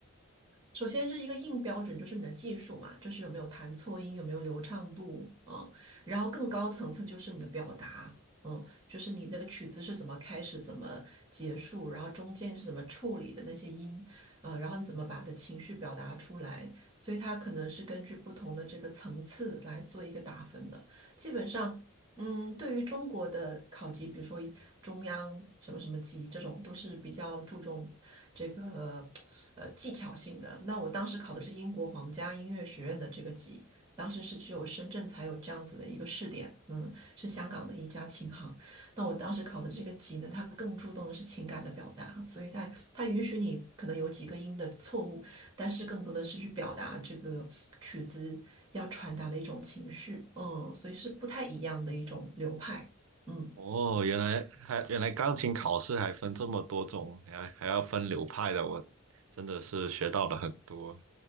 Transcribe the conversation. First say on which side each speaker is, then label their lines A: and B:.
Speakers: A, on the right (about 20°); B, on the right (about 75°).
A: 首先是一个硬标准，就是你的技术嘛，就是有没有弹错音，有没有流畅度，嗯，然后更高层次就是你的表达，嗯，就是你那个曲子是怎么开始，怎么结束，然后中间是怎么处理的那些音，嗯，然后你怎么把的情绪表达出来，所以它可能是根据不同的这个层次来做一个打分的。基本上嗯，对于中国的考级，比如说中央什么什么级这种，都是比较注重这个呃技巧性的。那我当时考的是英国皇家音乐学院的这个级，当时是只有深圳才有这样子的一个试点，嗯，是香港的一家琴行。那我当时考的这个级呢，它更注重的是情感的表达，所以它它允许你可能有几个音的错误，但是更多的是去表达这个曲子要传达的一种情绪，嗯，所以是不太一样的一种流派，嗯，
B: 哦，原来还原来钢琴考试还分这么多种，还还要分流派的，我真的是学到了很多。